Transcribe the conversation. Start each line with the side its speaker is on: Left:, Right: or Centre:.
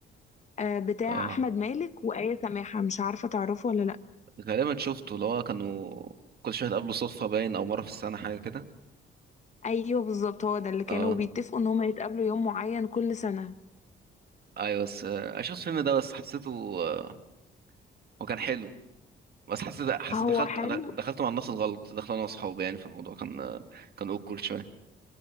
Left: أه بتاع
Right: اه
Left: احمد مالك وآية سماحة مش عارفة تعرفه ولا لا
Right: غالبا شفته اللي هو كانوا كل شويه قبله صدفه باين او مره في السنه حاجه كده
Left: ايوه بالظبط هو ده اللي كانوا
Right: اه
Left: بيتفقوا ان هما يتقابلوا يوم معين كل سنة
Right: ايوه بس آه، شفت الفيلم ده بس حسيته آه، هو كان حلو بس حسيت حسيت
Left: هو
Right: دخلت
Left: حلو
Right: دخلته مع الناس الغلط كنت داخل انا واصحابي يعني فالموضوع كان آه، كان اوكل شويه